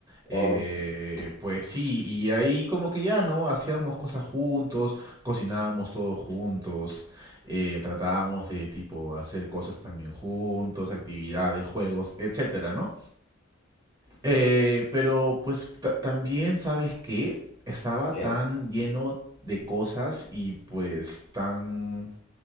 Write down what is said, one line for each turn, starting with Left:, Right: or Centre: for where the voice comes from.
Right: eh,
Left: O sea,
Right: pues sí, y ahí como que ya, ¿no? Hacíamos cosas juntos, cocinábamos todos juntos, eh, tratábamos de tipo hacer cosas también juntos, actividades, juegos, etcétera, ¿no? Eh, pero pues ta- también, ¿sabes qué? Estaba
Left: que-
Right: tan lleno de cosas y pues tan,